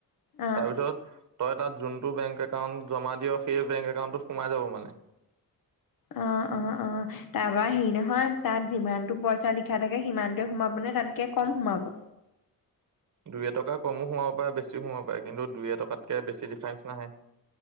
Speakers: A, on the left; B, on the right.
A: অ',
B: তাৰপিছত তই তাত জুনত বেংক একাউণ্ট জমা দিয় সেই বেংক একাউণ্টটোত সোমাই যাব মানে।
A: অ অ অ তাৰপৰা হেৰি নহয় তাত যিমানটো পইচা লিখা থাকে সিমানটোৱে সোমাব নে তাতকে কম সোমাব?
B: দুই টকা কমো সোমাব পাৰে বেছিও সোমাব পাৰে কিন্তু দুই এটকাতকে বেছি ডিফাৰেন্ঞ্চ নাহে।